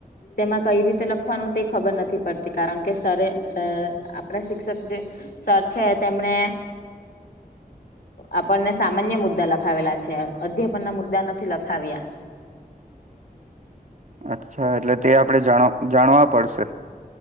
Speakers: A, on the left; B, on the right.
A: તેમાં કઈ રીતે લખવાનું તે ખબર નથી પડતી કારણ કે સરરે અ આપણા શિક્ષક જે સર છે તેમણે આપણને સામાન્ય મુદ્દા લખાવેલા છે અધ્યાપન ના મુદ્દા નથી લખાવ્યા.
B: અચ્છા એટલે તે આપણે જાણ જાણવા પડશે.